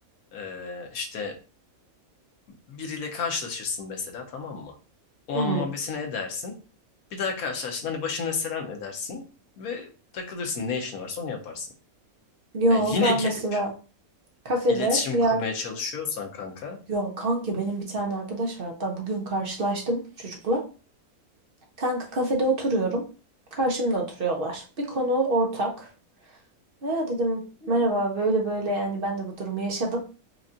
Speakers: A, on the left (about 75°); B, on the right (about 45°).
A: Ee, işte biriyle karşılaşırsın mesela tamam mı? O an
B: Hı.
A: muhabbesini edersin. Bir daha karşılaştın hani başına selam edersin ve takılırsın ne işin varsa onu yaparsın.
B: Yo,
A: Ha, yine
B: ben
A: gelip
B: mesela kafede
A: iletişim
B: bir
A: kurmaya
B: yer...
A: çalışıyorsan kanka
B: Ya kanki benim bir tane arkadaş var. Hatta bugün karşılaştım çocukla. Kanka kafede oturuyorum. Karşımda oturuyorlar. Bir konu ortak. Ya dedim merhaba böyle böyle yani ben de bu durumu yaşadım.